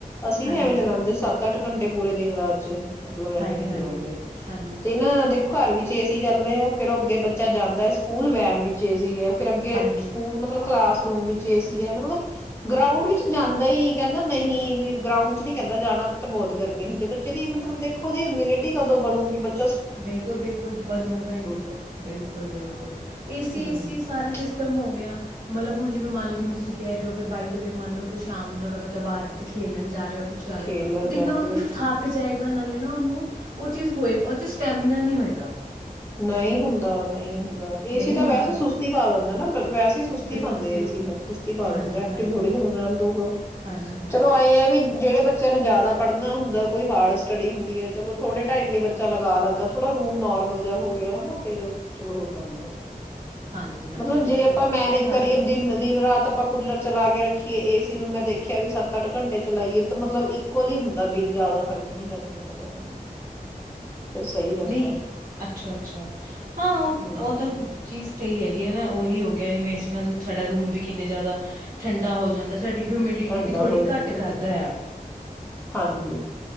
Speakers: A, on the left; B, on the right.
A: ਅਸੀਂ
B: ਹਾਂਜੀ
A: ਨੀ ਐਵੇਂ ਚਲਾਦੇ ਸੱਤ ਅੱਠ ਘੰਟੇ ਪੂਰੇ ਦਿਨ ਰਾਤ ਚ, ਮਤਲਬ
B: ਹਾਂਜੀ
A: ਐਵੇਂ ਨੀ
B: ਹਾਂਜੀ
A: ਚਲਾਉਂਦੇ
B: ਹਾਂਜੀ
A: ਤੇ ਨਾ ਦੇਖੋ, ਘਰ ਵਿੱਚ ਏ ਸੀ ਚੱਲ ਰਹੇ ਆ ਫੇਰ ਅੱਗੇ ਬੱਚਾ ਜਾਂਦਾ ਹੈ ਸਕੂਲ ਵੈਨ ਵਿੱਚ ਏ ਸੀ ਹੈ। ਫਿਰ ਅੱਗੇ
B: ਹਾਂਜੀ
A: ਸਕੂਲ ਮਤਲਬ ਕਲਾਸਰੂਮ ਵਿੱਚ ਏ ਸੀ। ਯੇ ਹੈ ਮਤਲਬ ਗਰਾਊਂਡ ਵਿੱਚ ਕਿ ਜਾਂਦਾ ਹੀ ਕਹਿੰਦਾ ਨਹੀਂ ਵੀ। ਗਰਾਊਂਡ ਚ ਨਹੀਂ ਕਹਿੰਦਾ ਜਾਣਾ ਉੱਥੇ ਬਹੁਤ ਗਰਮੀ ਹੁੰਦੀ, ਬੱਚੇ ਦੀ ਮਤਲਬ ਦੇਖੋ ਜੀ ਇਮਿਊਨਿਟੀ ਕਦੋ ਬਣੂਗੀ ਬੱਚੇ।
B: ਬਿਲਕੁਲ-ਬਿਲਕੁਲ ਬਣੂਗਾ ਹੀ ਨੀ
A: ਤਾਂ
B: ਬਿਲਕੁਲ-ਬਿਲਕੁਲ ਏ ਸੀ
A: ਹਮ
B: ਏ ਸੀ ਸਾਰਾ ਸਿਸਟਮ ਹੋ ਗਿਆ। ਮਤਲਬ ਹੁਣ ਜਿਵੇਂ ਮੰਨ ਲਓ ਜਿਵੇਂ ਤੁਸੀਂ ਕਹ ਰਹੇ ਹੋ ਅਗਰ ਬਾਈ ਦੀ ਵੇ ਮੰਨ ਲਓ ਸ਼ਾਮ ਨੂੰ ਤੁਹਾਡਾ ਬੱਚਾ ਬਾਹਰ ਖੇਲਣ ਜਾ ਰਿਹਾ ਹੈ। ਕੁਛ ਕਰ
A: ਖੇਲਣ
B: ਰਿਹਾ ਹੋ, ਉਹ ਦੇਖਣਾ
A: ਜਾ
B: ਉਹਨਾਂ
A: ਰਹੇ ਆ।
B: ਥੱਕ ਜਾਏਗਾ। ਨਾਲੇ ਨਾ ਉਹਨੂੰ ਉਹ ਚੀਜ਼ ਹੋਏਗਾ ਉਹ ਚੀਜ਼ ਸਟੈਮਿਨਾ ਨਹੀਂ ਹੋਏਗਾ।
A: ਨਹੀਂ ਹੁੰਦਾ ਨਹੀਂ ਹੁੰ ਏ
B: ਨਹੀਂ
A: ਸੀ ਤਾਂ
B: ਹੁੰਦਾ
A: ਵੈਸੇ ਸੁਸਤੀ ਪਾ ਦਿੰਦਾ ਨਾ ਵੈਸੇ ਹੀ ਸੁਸਤੀ
B: ਬਿਲਕੁਲ
A: ਪਾਉਂਦੇ
B: ਬਿਲਕੁਲ
A: ਏ ਸੀ ਤੇ ਸੁਸਤੀ ਪਾ
B: ਹਾਂਜੀ
A: ਦਿੰਦਾ ਹੋ ਐਕਟਿਵ
B: ਹਾਂਜੀ
A: ਥੋੜ੍ਹਾ ਹੀ ਰਹਿਣ ਦੂਗਾ
B: ਹਾਂਜੀ ਹਾਂਜੀ
A: ਚਲੋ ਆਏ ਹੈ ਕਿ ਜਿਹੜੇ ਬੇ ਬੱਚਿਆਂ ਨੇ ਜ਼ਿਆਦਾ ਪੜ੍ਹਨਾ ਹੁੰਦਾ ਕੋਈ ਹਾਰਡ ਸਟੱਡੀ ਹੁੰਦੀ ਹੈ ਚਲੋ ਥੋੜੇ ਟਾਈਮ ਲਈ ਬੱਚਾ ਲਗਾ ਲੈਂਦਾ ਥੋੜਾ ਰੂਮ ਨੋਰਮਲ ਜੇਹਾ ਹੋ ਗਿਆ ਹਨਾ ਫੇਰ ਚਲੋ ਉਹ ਕਰ ਲੋ
B: ਹਾਂਜੀ ਹਾਂਜੀ
A: ਮਤਲਬ ਜੇ
B: ਬਿਲਕੁਲ
A: ਆਪਾਂ ਮੈਨੇਜ
B: ਇਹ ਗੱਲ
A: ਕਰੀਏ
B: ਤਾਂ ਤੁਸੀਂ
A: ਦਿਨ ਦਿਨ ਰਾਤ ਆਪਾਂ ਕੂਲਰ ਚਲਾ ਕੇ ਰੱਖੀਏ ਏ ਸੀ ਨੂੰ ਮੈਂ ਦੇਖਿਆ ਵੀ ਸੱਤ ਅੱਠ ਘੰਟੇ ਚਲਾਈਏ ਤਾਂ ਮਤਲਬ ਇਕੁਅਲ ਹੀ ਹੁੰਦਾ ਬਿੱਲ ਜ਼ਿਆਦਾ ਫਰਕ ਨਹੀਂ ਪੈਂਦਾ ਹੈਗਾ ਹਨਾ। ਪਰ ਸਹੀ ਰਹਿੰਦਾ
B: ਨਹੀਂ
A: ਹੈ।
B: ਅੱਛਾ ਅੱਛਾ ਹਾਂ ਉਹ
A: ਹਮ।
B: ਉਹ ਤਾਂ ਚੀਜ਼ ਤੇ ਹੀ ਹੈਗੀ। ਉਹੀ ਹੋ ਗਿਆ ਜਿਵੇੇ ਏ ਸੀ ਨਾਲ ਤੁਹਾਡਾ ਰੂਮ ਵੀ ਕਿੰਨੇ ਜ਼ਿਆਦਾ ਠੰਡਾ ਹੋ ਜਾਂਦਾ ਸਾਡੀ ਹਿਊਮਿਡਿਟੀ
A: ਠੰਡਾ
B: ਵੀ ਥੋੜ੍ਹੀ
A: ਹੋ ਜਾਂਦਾ
B: ਘੱਟ ਕਰਦਾ ਆ।
A: ਹਾਂਜੀ